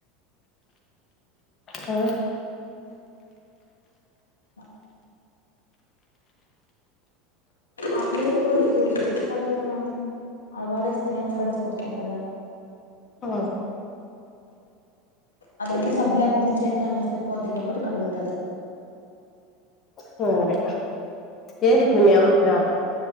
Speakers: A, on the left; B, on the left.
A: ఆ
B: ఆ ఆ పేరు కి కూడా ఎందుకు చెప్పు కడగడం అని అలవడేస్తే నేను కడుక్కుంటా కదా.
A: ఆ
B: అదంతే సబ్బు లేకుండా చేత్తోనే ఏస్తే పోద్ది కాబట్టి కడుగుతాది.
A: సరే ఏం ఇప్పుడు యవ్వ ఇప్పుడా